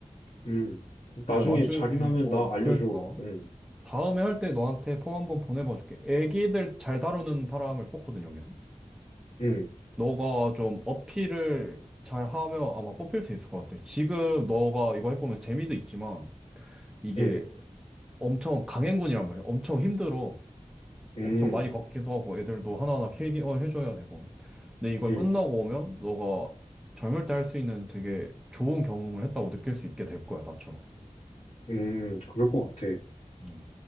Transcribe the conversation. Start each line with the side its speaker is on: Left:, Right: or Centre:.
Left: 응.
Centre: 내가
Left: 나중에
Centre: 나중에,
Left: 자리 나면
Centre: 어,
Left: 나 알려줘.
Centre: 그러니까.
Left: 응,
Centre: 다음에 할 때 너한테 폼 한번 보내봐 줄게. 애기들 잘 다루는 사람을 뽑거든, 여기서.
Left: 응,
Centre: 너가 좀 어필을 잘 하면 아마 뽑힐 수 있을 것 같아. 지금 너가 이거 해보면 재미도 있지만 이게
Left: 응,
Centre: 엄청 강행군이란 말이야. 엄청 힘들어.
Left: 응,
Centre: 엄청 많이 걷기도 하고 애들도 하나하나 케어해줘야 되고. 근데 이걸
Left: 응,
Centre: 끝나고 오면 너가 젊을 때 할 수 있는 되게 좋은 경험을 했다고 느낄 수 있게 될 거야, 나처럼.
Left: 응. 그럴 것 같아.
Centre: 음.